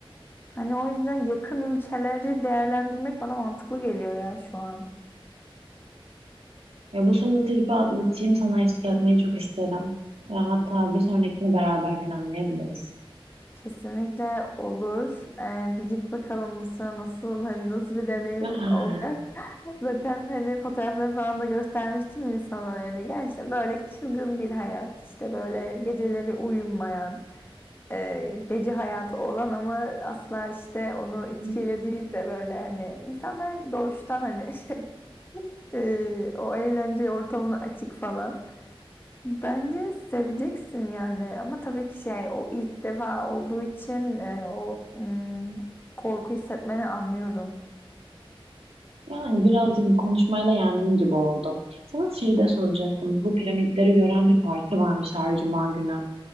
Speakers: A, on the left; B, on the right.
A: Hani o yüzden yakın ülkeleri değerlendirmek bana mantıklı geliyor ya şu an.
B: Ya bu solo tripi atlatayım sana eşlik etmeyi çok isterim. Ya hatta bir sonrakini beraber planlayabiliriz.
A: Kesinlikle olur. Ee, bir git bakalım Mısır'a nasıl hani nasıl bir deneyimin
B: <laughs>
A: olacak. Zaten hani fotoğrafları falan da göstermiştim ya sana yani gerçekten böyle çılgın bir hayat. İşte böyle geceleri uyumayan, e, gece hayatı olan ama asla işte onu içkiyle
B: <sighs>
A: değil de böyle hani insanlar doğuştan hani <laughs> şey, e, o eğlence ortamına açık falan. Bence seveceksin yani ama tabii ki şey o ilk defa olduğu için e, o mm, korku hissetmeni anlıyorum.
B: Yani birazcık bu konuşmayla yendim gibi oldu. Sana şeyi de soracaktım. Bu piramitleri gören bir parti varmış her cuma günü.